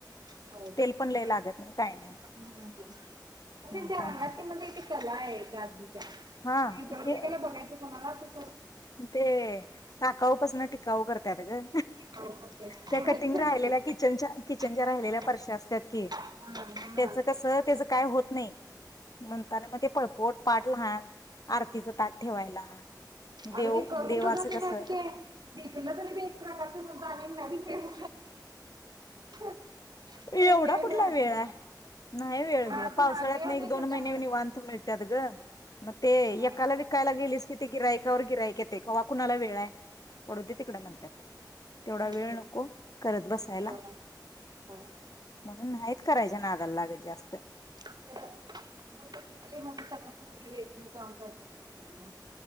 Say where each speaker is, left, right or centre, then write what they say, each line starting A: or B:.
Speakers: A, on the right; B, on the left.
A: होय तेच
B: तेल
A: ना.
B: पण लय लागत नाही. काय नाही
A: हम्म त्यांच्या
B: म्हणताना
A: आंगात ते म्हणजे ती कला आहे एक अद्भुत
B: हा
A: प्रत्येकाला
B: ते
A: बघायचं तुम्हाला अस सा
B: ते टाकाउपासन टिकाऊ करत्यात ग
A: हो करते
B: त्या
A: बघायच
B: कटिंग राहिलेल्या
A: लागते.
B: किचनच्या किचनच्या
A: हा
B: राहिलेल्या पर्श्या असत्यात की.
A: हा हा
B: मग
A: हा.
B: त्याचं कस त्याचं काय होत नाही म्हणताना मग ते पळपोट पाठ लहान आरतीच ताट ठेवायला देव
A: अग ते करून
B: देवाचं
A: सुद्धा ते
B: कसं
A: त्याच ते विकलं तरी एक प्रकारच सुद्धा आणि नवीन <unintelligible> त्याला
B: एवढा कुठला
A: मिळाला पाहिजे.
B: वेळ आहे नाही वेळ
A: हा
B: व पावसाळ्यात
A: हा वेळ
B: नाही एक दोन
A: त्याच्यामुळे
B: महिने निवांत
A: ग.
B: मिळतो. त्यात ग मग ते
A: हा
B: एकाला
A: हा.
B: विकायला गेलीस कि ते गिराईकावर गिराईक येत क्हा कुणाला वेळ आहे पडू ते तिकड म्हणतात तेवढा
A: आहेच
B: वेळ
A: सोड.
B: नको हो करत बसायला
A: हो
B: म्हणून नाहीत करायच्या नादाला लागत जास्त
A: तिथली म्हणजे सगळं रेखीव काम करते सगळे मिळुन